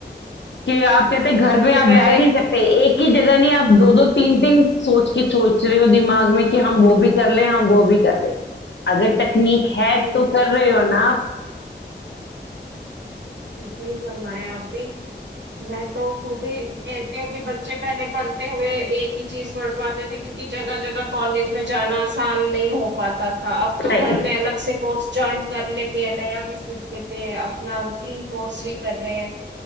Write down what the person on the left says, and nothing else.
کہ آپ کہتے گھر
میں آپ
بیٹھ ہی نہیں سکتے ایک کی جگہ نہیں آپ دو دو تین تین سوچ کے <inaudible> دماغ میں کہ ہم وہ بھی کر لیں ہم وہ بھی کر لیں اگر تکنیک ہے
تو
کر رہے ہو نا آپ
صحیح